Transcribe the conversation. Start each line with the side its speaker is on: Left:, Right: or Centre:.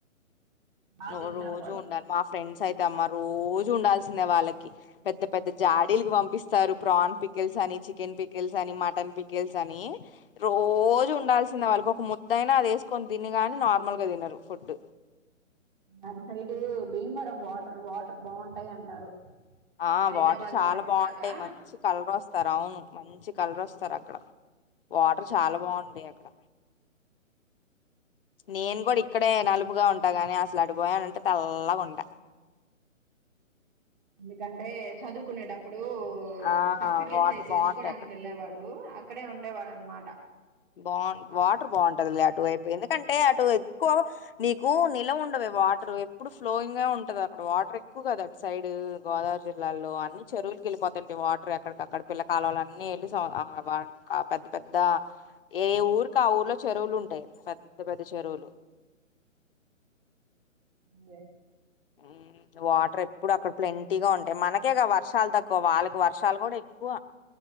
Right: బాగా
Left: నువ్వు
Right: తింటారు
Left: రోజు
Right: వాళ్ళు
Left: ఉండాలి మా ఫ్రెండ్స్ అయితే అమ్మా రోజు ఉండాల్సి తినే వాళ్ళకి పెద్ద పెద్ద జాడీలకి పంపిస్ స్తారు ప్రాన్ పికిల్స్ అని చికెన్ పికిల్స్ అని మటన్ పికిల్స్ అని రోజూ ఉండాల్సిందే వాళ్ళకొ కు ముద్దైయినా అది ఏసుకొని తిని గాని నార్మల్ గా తినరు ఫుడ్డు
Right: అటు సైడ్ భీమవరం వాటర్ వాటర్ బావుంటాయి అంటారు
Left: ఆ
Right: హైదరాబాద్
Left: వాటర్ చాలా బావుంటాయి
Right: లాగా
Left: మంచి కలరోస్తారు అవును మంచి కలరోస్ సార్ అక్కడ వాటర్ చాలా బావుంటాయి అక్కడ నేను కూడా ఇక్కడే నలుపుగా ఉంటా గాని అసలు అటుపోయానంటే తెల్లగుంట
Right: ఎందుకంటే చదువుకునేటప్పుడు
Left: ఆ
Right: సర్టిఫికేట్స్
Left: వాటర్
Right: అయితే
Left: బాగుంటాయి
Right: తెచ్చుకోవడానికి
Left: అక్కడ
Right: ఏళ్ళేవాడు అక్కడే ఉండేవాడునమాట
Left: బావు వాటర్ బాగుంటంది అటువైపు ఎందుకంటే అటు ఎక్కువ నీకు నిల ఉండవ వాటర్ ఎప్పుడు ఫ్లోయింగ్ గా ఉంటది అక్కడ వాటర్ ఎక్కువ కదా అటు సైడ్యు గోదావరి జిల్లాలో అన్ని చెరువులకి వెళ్ళిపోతాండి వాటర్ ఎక్కడికక్కడ పిల్ల కలవులు అన్ని వెళ్లి స అ వా ఆ పెద్ద పెద్ద ఏ ఊర్ ఇంకా ఆ ఊర్లో చెరువులు ఉంటాయి పెద్ అ పెద్ద చేరువులో
Right: మే
Left: మ్ వాటర్ ఎప్పుడు అక్కడ ప్లాంటీ ఉంటాయి మనకేగా వర్షాలు తక్కువ ఎ వాళ్ళకి వర్షాలు కూడా ఎక్కువ